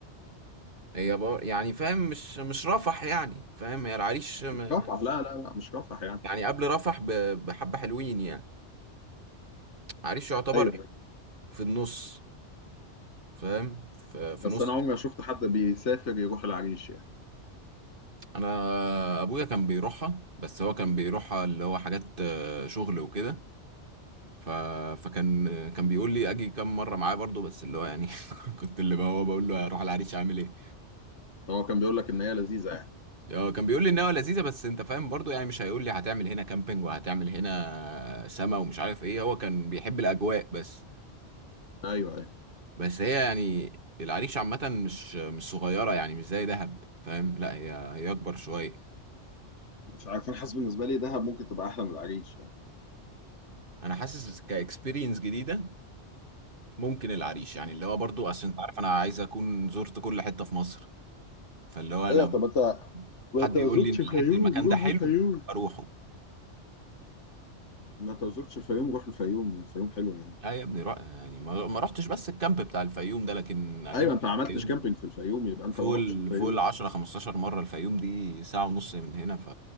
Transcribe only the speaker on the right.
هي بار يعني فاهم مش مش رفح يعني فاهم هي العريش م-
يعني قبل رفح ب- بحبة حلوين يعني عريش يعتبر
إيه؟ في النص فاهم ف- في
نص
انا ابويا كان بيروحها بس هو كان بيروحها اللي هو حاجات آه، شغل وكده ف... فكان كان بيقول لي اجي كام مره معاه برضو بس اللي هو يعني <laughs> كنت اللي هو بقول له اروح العريش اعمل ايه
اه كان بيقول لي ان هو لذيذه بس انت فاهم برضو يعني مش هيقول لي هتعمل هنا كامبينج وهتعمل هنا سما ومش عارف ايه هو كان بيحب الاجواء بس
بس هي يعني العريش عامه مش مش صغيره يعني مش زي دهب فاهم لا هي هي اكبر شويه
انا حاسس كاكسبيرينس جديده ممكن العريش يعني اللي هو برضو اصل انت عارف انا عايز اكون زرت كل حته في مصر فاللي هو لو
حد
يقول
لي ان الحته
المكان
ده حلو
اروحه
لا يا ابني روح يعني ما ما رحتش بس الكامب بتاع الفيوم ده لكن اكيد
رحت
الفيوم
فوق
ال-
فوق ال 10 15 مره الفيوم دي ساعه ونص من هنا ف